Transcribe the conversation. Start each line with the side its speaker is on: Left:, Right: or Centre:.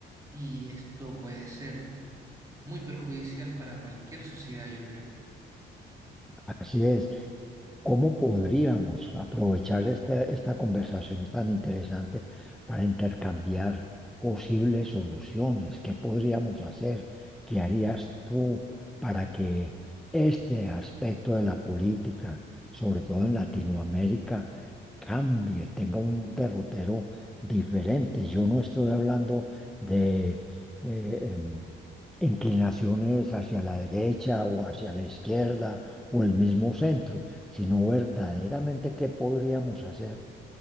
Right: Y esto puede ser muy perjudicial para cualquier sociedad, yo creo.
Centre: Así es. ¿Cómo podríamos aprovechar esta, esta conversación tan interesante para intercambiar posibles soluciones? ¿Qué podríamos hacer? ¿Qué harías tú para que este aspecto de la política, sobre todo en Latinoamérica, cambie, tenga un derrotero diferente? Yo no estoy hablando de... eh, em, inclinaciones hacia la derecha o hacia la izquierda o el mismo centro sino verdaderamente qué podríamos hacer